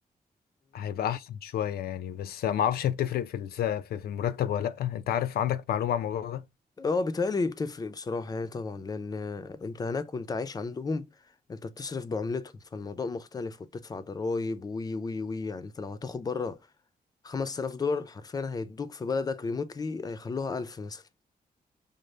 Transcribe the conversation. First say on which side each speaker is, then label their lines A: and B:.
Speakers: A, on the left; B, on the left.
A: هيبقى احسن شوية يعني بس ما اعرفش بتفرق في الس- في في المرتب ولا لا انت عارف عندك معلومة عن الموضوع ده
B: اه بيتهيألي بتفرق بصراحة يعني طبعا لأن أنت هناك وأنت عايش عندهم أنت بتصرف بعملتهم فالموضوع مختلف وبتدفع ضرايب وي وي وي يعني أنت لو هتاخد بره 5000 دولار حرفيا هيدوك في بلدك ريموتلي هيخلوها 1000 مثلا